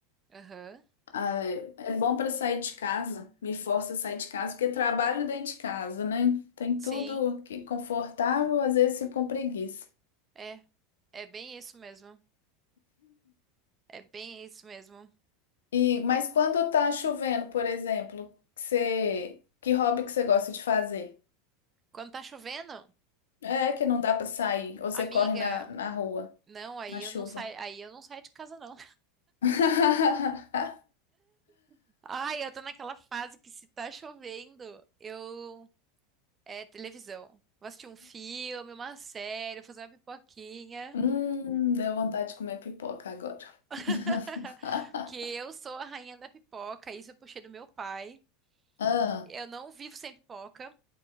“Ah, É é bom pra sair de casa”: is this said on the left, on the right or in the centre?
Left